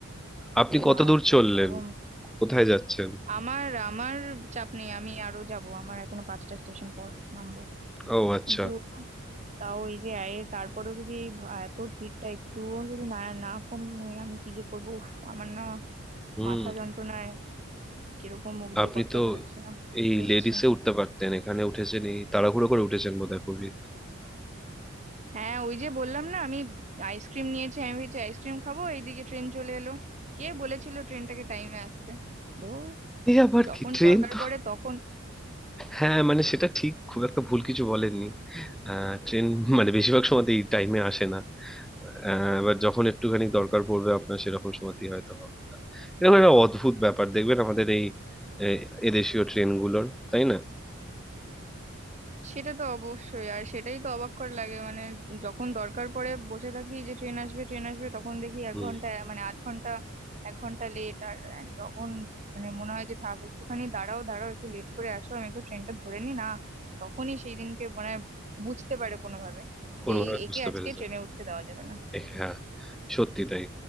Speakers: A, in the centre; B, on the right (about 35°).
A: আপনি
B: কি
A: কত
B: মারাত্মক
A: দূর চললেন
B: গরম
A: কোথায় যাচ্ছেন
B: আমার আমার চাপ নেই আমি আরো যাব আমার এখনো পাঁচটা স্টেশন পর নামবো
A: ও আচ্ছা
B: কিন্তু তাও এই যে এর তারপরেও যদি এই ভা- এত ভিড়টা একটুও যদি না না কমে আমি কি যে করবো উফ আমার না
A: হুম
B: মাথা যন্ত্রণায় কিরকম মুখ দিয়ে
A: আপনি
B: কথা
A: তো
B: বেরোচ্ছে না কি
A: এই
B: হচ্ছে
A: লেডিসে উঠতে পারতেন এখানে উঠেছেন এই তাড়াহুড়ো করে উঠেছেন বোধহয় খুবই
B: হ্যাঁ ওই যে বললাম না আমি আইসক্রিম নিয়েছি আমি ভেবেছি আইসক্রিম খাবো এইদিকে ট্রেন চলে এলো কে বলেছিল ট্রেনটাকে টাইমে আসতে ধুর,
A: এই আবার
B: যখন
A: কি ট্রেন
B: দরকার
A: তো
B: পড়ে তখন
A: হ্যাঁ মানে সেটা ঠিক খুব একটা ভুল কিছু বলেননি আহ ট্রেন মানে বেশিরভাগ সময় এই টাইমে আসে না আহ, এবার যখন একটুখানি দরকার পড়বে আপনার সেরকম সময়তেই হয়তো হবে না এরকম একটা অদ্ভুত ব্যাপার দেখবেন আমাদের এই এ- এদেশীয় ট্রেনগুলোর তাই না
B: সেটা তো অবশ্যই আর সেটাই তো অবাককর লাগে মানে যখন দরকার পড়ে বসে থাকি যে ট্রেন আসবে ট্রেন আসবে তখন দেখি এক
A: হুম
B: ঘন্টা মানে আধ ঘন্টা এক ঘন্টা লেট আর যখন মানে মনে হয় যে থাক একটুখানি দাঁড়াও দাঁড়াও একটু লেট করে আসো আমি একটু ট্রেনটা ধরে নি না তখনই সেই দিনকে মনে হয় বুঝতে পারে কোনোভাবে
A: কোনোভাবে
B: যে এই একে
A: বুঝতে
B: আজকে
A: পেরেছেন
B: ট্রেনে উঠতে দেওয়া যাবে না
A: এ- হ্যাঁ সত্যি তাই